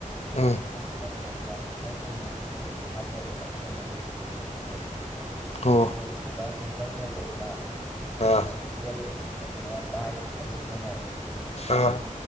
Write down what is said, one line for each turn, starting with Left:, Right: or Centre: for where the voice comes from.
Left: ꯎꯝ
Centre: ꯂꯣꯏꯁꯤꯜꯂꯅꯤ ꯑꯗꯨꯒ ꯔꯤꯁ꯭ꯔꯁ ꯇꯧꯔꯤꯕ ꯃꯤꯗꯨꯒꯤ ꯃꯈꯥ ꯄꯣꯜꯂꯦꯕ ꯑꯩ ꯉꯟꯅ ꯂꯣꯏꯁꯤꯟꯖꯒꯦ ꯍꯥꯏꯔꯁꯨ
Left: ꯑꯣ
Centre: ꯑꯗꯨ ꯂꯣꯏ ꯑꯣꯖꯥ ꯑꯣꯏꯕ ꯍꯤꯔꯝ ꯑꯃ ꯂꯩꯒ꯭ꯔꯦꯗꯅ ꯑꯗꯨꯒ
Left: ꯑ
Centre: ꯚꯦꯠ ꯅꯠꯇ꯭ꯔꯒꯅ ꯗꯥꯏꯠ ꯍꯥꯏꯔꯤꯁꯤꯅꯅꯦ
Left: ꯑ